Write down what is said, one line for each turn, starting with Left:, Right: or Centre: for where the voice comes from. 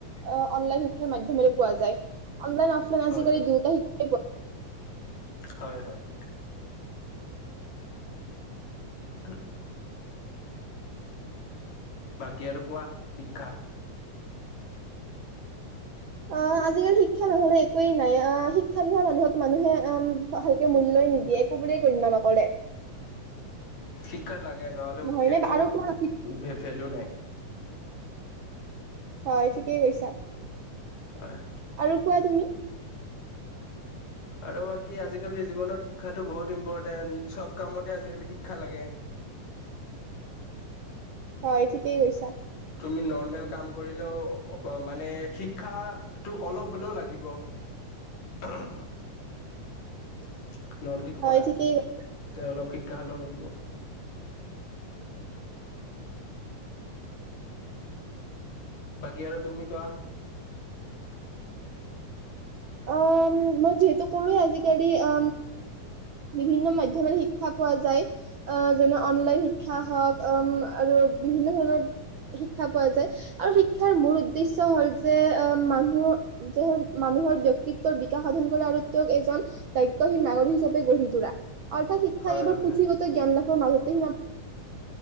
Right: অ, অনলাইন শিক্ষাৰ মাধ্যমৰে পোৱা যায়। অনলাইন অফলাইন আজিকালি
Left: হয়
Right: দুয়োটা শিক এই
Left: হয় হয়। <inaudible> ধু বাকী আৰু কোৱা শিক্ষা।
Right: অ', আজিকালি শিক্ষা নহলে একোৱেই নাই, আহ শিক্ষা নোহোৱা মানুহক মানুহে ভালকে মূল্যয় নিদিয়ে, একোবোৰে গণ্য নকৰে।
Left: শিক্ষাত লাগে নহ'লে
Right: নহয়
Left: একো
Right: নে আৰু কোৱা
Left: ভে-ভেলু নাই।
Right: হয় ঠিকেই কৈছা।
Left: হয় হয়
Right: আৰু কোৱা তুমি।
Left: আৰু বাকী আজিকালিৰ জীৱনত শিক্ষাটো বহুত ইম্পৰটেন্ট, চব কামতে আজিকালি শিক্ষা লাগে।
Right: হয় ঠিকেই গৈছা।
Left: তুমি নৰ্মেল কাম কৰিলেও মানে শিক্ষাটো অলপ হ'লেও লাগিব। বৰ্মেলিক
Right: হয়
Left: কৰা,
Right: ঠিকেই কৈছা।
Left: তেওঁ অলপ গালো লাগিব। বাকী আৰু তুমি কোৱা।
Right: অ', মই যিহেতু কৰোৱেই আজিকালি, আ, বিভিন্ন মাধ্যমেৰ শিক্ষা পোৱা যায়, আ, যেনে অনলাইন শিক্ষা হওঁক, উম, আৰু বিভিন্ন ধৰণৰ শিক্ষা পোৱা যায়, আৰু শিক্ষাৰ মূল উদ্দেশ্য হ'ল যে, অ', মানুহ যে, মানুহৰ ব্য ব্যক্তিত্বৰ বিকাশ সাধন কৰা আৰু তেওঁক এজন দায়িত্বশীল নাগৰিক হিচাপে গঢ়ি তোলা। অৰ্থাৎ শিক্ষাক
Left: হয়
Right: এবাৰ
Left: হয়
Right: পুথিগত
Left: হয়।
Right: জ্ঞান লাভৰ মাজত <unintelligible>